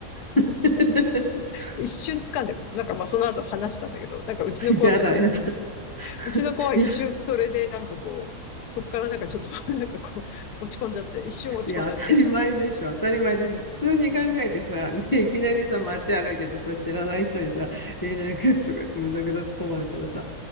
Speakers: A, on the left; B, on the left.
A: <laughs>
B: 一瞬掴んで、なんかまあその後話したんだけど、なんかうちの子はちょっとす、
A: やだ、やだ、
B: うちの子は一瞬それでなんかこう、
A: <laughs> や
B: そっからなんかちょっとなんかこう、落ち込んじゃって、一瞬落ち込んじゃって、
A: いや、当たり前でしょ、当たり前でしょ。普通に考えてさ、ね、いきなりさ、街歩いててさ、知らない人にさ、いきなりグッとか言って胸ぐらつかまれたらさ、